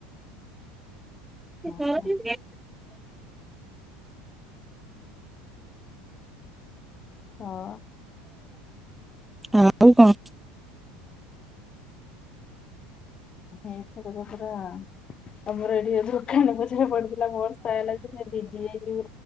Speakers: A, in the centre; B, on the left (about 30°).
A: <inaudible>
B: ହୁଁ ହୁଁ। ହଁ।
A: <inaudible> ଆଉ କଣ।
B: <unintelligible> ଧାନ ପଛରେ ପଡିଥିଲା ବର୍ଷା ହେଲା ନାଇଁ ଭିଜି ଯାଇଛି <inaudible>